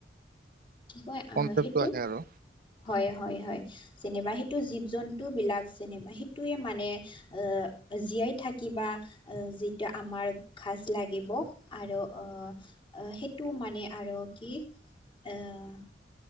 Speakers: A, on the left; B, on the right.
A: <unintelligible> কয় আহ
B: কনচেপ্টটো
A: সেইটো।
B: আহে আৰু
A: হয়-হয়-হয়। যেনিবা সেইটো জীৱ-জন্তুবিলাক যেনেবা সেইটোৱেই মানে <unintelligible> আহ জীয়াই থাকি বা <unintelligible> আহ যিটো আমাৰ ঘাচ লাগিব আৰু আহ <unintelligible> আহ সেইটো মানে আৰু কি <unintelligible> আহ